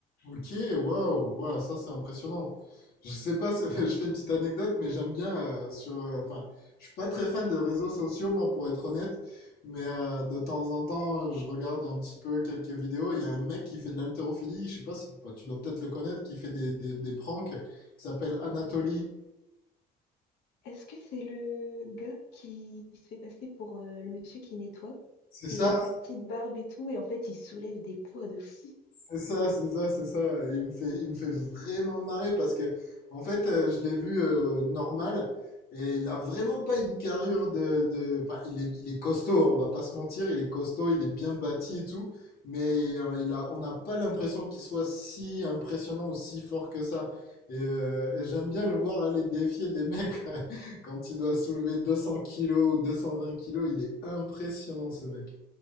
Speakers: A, on the left; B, on the left.
A: Ok, waouh, waouh, ça c'est impressionnant. Je sais pas, c'est- <laughs> je fais une petite anecdote, mais j'aime bien euh, sur. euh, Enfin, je suis pas très fan de réseaux sociaux, moi, pour être honnête, mais euh, de temps en temps, je regarde un petit peu quelques vidéos. Il y a un mec qui fait de l'haltérophilie, je sais pas si bah, tu dois peut-être le connaître, qui fait des, des, des pranks, qui s'appelle Anatoly.
B: Est-ce que c'est le gars qui se fait passer pour euh, le monsieur qui nettoie?
A: C'est ça?
B: Il est avec sa petite barbe et tout, et en fait, il soulève des poids de fou.
A: C'est ça, c'est ça, c'est ça. Et il me fait, il me fait vraiment marrer parce que, en fait, euh, je l'ai vu euh, normal et il a vraiment pas une carrure de, de- Enfin, il est, il est costaud, hein, on va pas se mentir, il est costaud, il est bien bâti et tout, mais euh, il a, on n'a pas l'impression qu'il soit si impressionnant ou si fort que ça. Et, euh, et j'aime bien le voir aller défier des mecs <laughs> quand il doit soulever 200 kilos ou 220 kilos. Il est impressionnant ce mec.